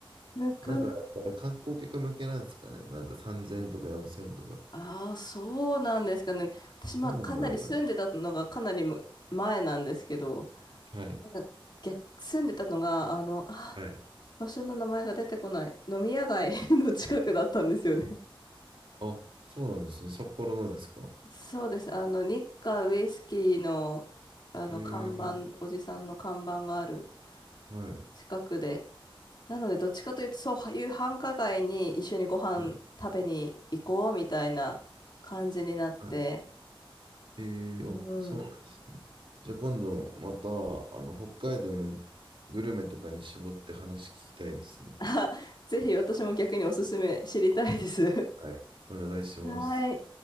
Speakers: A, on the left (about 50°); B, on the right (about 70°).
A: なかなか。
B: なんか、あれ観光客向けなんですかね。なんか3000円とか4000円とか。
A: ああ、そうなんですかね。私、まあ、
B: なんなんだろう、
A: かなり住んでたのがかなりむ前なんですけど、
B: あれ。はい。
A: なんか逆、住んでたのが、あの、あ、
B: はい。
A: 場所の名前が出てこない。飲み屋街 <laughs> の近くだったんですよね。
B: あ、そうなんですね。札幌のですか。
A: そうです。あの、日華ウイスキーの、あの、
B: ええ
A: 看板、おじさんの看板がある
B: はい。
A: 近くで。なので、どっちかというと、そういう繁華街に一緒にご飯食べに行こうみたいな感じになって。
B: はい。はいへえ、
A: う
B: あ、そうなんですね。
A: ん。
B: じゃあ今度また、あの、北海道のグルメとかに絞って話聞きたいですね。
A: あ、ぜひ私も逆におすすめ知りたいです。<laughs>
B: はい。お願いします。
A: はい。